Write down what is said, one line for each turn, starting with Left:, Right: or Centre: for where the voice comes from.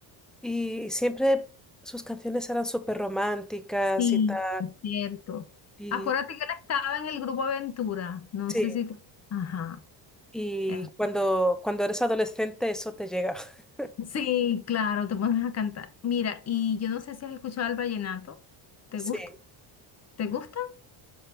Centre: Y siempre sus canciones eran súper románticas
Left: Sí,
Centre: y tal.
Left: es cierto.
Centre: Y
Left: Acuérdate que él estaba en el grupo Aventura, no
Centre: sí,
Left: sé si... Ajá.
Centre: y
Left: Eh,
Centre: cuando, cuando eres adolescente eso te llega. <laughs>
Left: Sí, claro, te pones a cantar. Mira, y yo no sé si has escuchado el vallenato. ¿Te
Centre: Sí.
Left: gusta? ¿Te gusta?